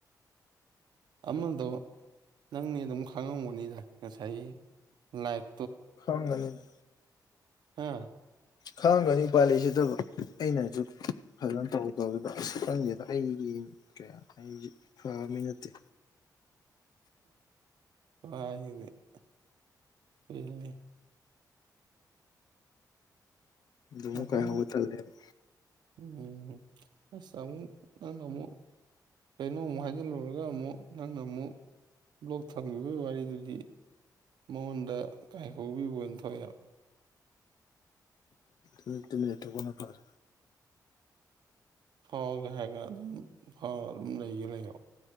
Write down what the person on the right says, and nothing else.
ꯑꯃꯗꯣ ꯅꯪꯅꯦ ꯑꯗꯨꯝ ꯈꯪꯉꯕꯅꯤꯗ ꯉꯁꯥꯏ ꯂꯥꯏꯛ
ꯍꯥ
ꯀꯩꯅꯣꯅꯦ
ꯃꯐꯝ
ꯎꯝ ꯑꯁ ꯑꯃꯝ ꯅꯪꯅꯃꯨꯛ ꯀꯩꯅꯣꯃꯨꯛ ꯍꯥꯏꯖꯤꯜꯂꯨꯔꯒ ꯑꯃꯨꯛ ꯅꯪꯅ ꯑꯃꯨꯛ ꯕ꯭ꯂꯣꯛ ꯊꯝꯈꯤꯕꯒꯤ ꯋꯥꯔꯤꯗꯨꯗꯤ ꯃꯉꯣꯟꯗ ꯀꯥꯏ ꯍꯧꯕꯤꯕ ꯑꯣꯏꯅ ꯊꯣꯛꯑꯦ
ꯐꯥꯎꯒꯦ ꯍꯥꯏꯔꯒ ꯑꯗꯨꯝ ꯐꯥꯎꯔꯒ ꯑꯗꯨꯝ ꯂꯩꯒꯦ ꯂꯩꯔꯣ